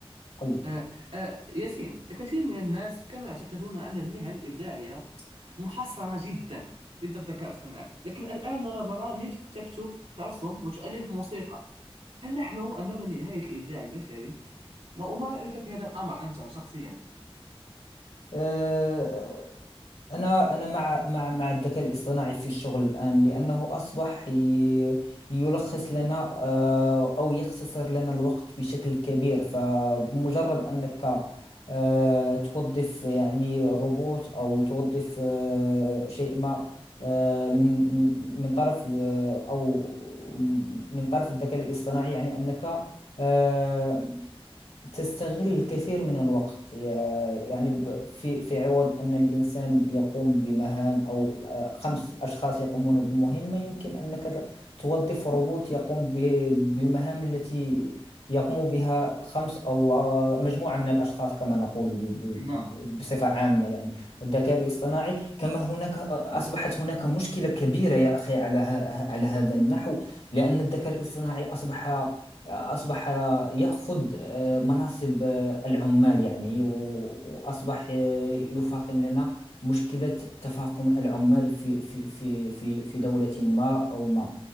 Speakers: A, on the left; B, on the right.
A: قل لي
B: آه، آه، ياسين كثير من الناس كانوا يعتقدون أن المهن الإبداعية محصرة جدا ضد الذكاء الصناعي لكن الآن نرى برامج تكتب ترسم وتؤلف موسيقى هل نحن أمام نهاية الإبداع البشري؟ ما وما رأيك في هذا الأمر أنت شخصيا؟
A: آه، أنا أنا مع مع مع الذكاء الاصطناعي في الشغل الآن لأنه أصبح ي- يلخص لنا آه، أو يختصر لنا الوقت بشكل كبير فبمجرد أنك آه، توظف يعني روبوت أو توظف آه، شيء ما آه، من من طرف آه، أو من طرف الذكاء الاصطناعي يعني أنك آه، تستغل الكثير من الوقت يع- يعني ب- في في عوض أن الإنسان يقوم بمهام أو آه، خمس أشخاص يقومون بمهمة يمكن أنك ت- توظف روبوت يقوم ب- بالمهام التي يقوم بها خمس أو آه، مجموعة من الأشخاص كما نقول ب- ب-
B: نعم
A: ب- بصفة عامة يعني الذكاء الاصطناعي كما هناك آه، أصبحت هناك مشكلة كبيرة يا أخي على ه- على هذا النحو لأن الذكاء الاصطناعي أصبح أصبح يأخذ آه، مناصب آه، العمال يعني وأصبح آه، يفاقم لنا مشكلة تفاقم العمال في في في في في دولة ما أو ما